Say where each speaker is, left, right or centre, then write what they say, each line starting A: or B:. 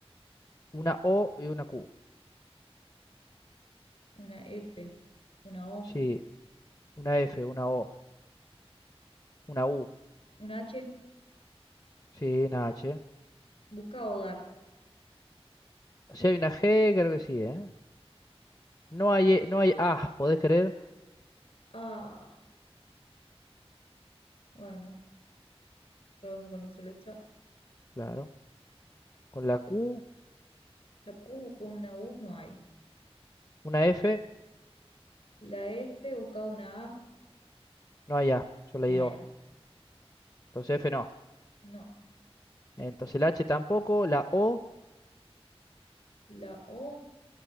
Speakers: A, on the left; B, on the left.
A: una O y una Q.
B: una F. Una O,
A: Sí. Una F, una O, una U.
B: una H,
A: Sí, una H.
B: busca hogar.
A: Si hay una G, creo que sí, ¿eh? No hay, E- no hay A, ¿podés creer?
B: Ah, bueno, probemos con otra letra.
A: Claro. Con la Q,
B: La Q busca una U, no hay.
A: una F,
B: La F busca una A,
A: no hay A. Yo leí
B: no hay
A: O.
B: A.
A: Entonces F no.
B: No,
A: Entonces la H tampoco, la O,
B: la O,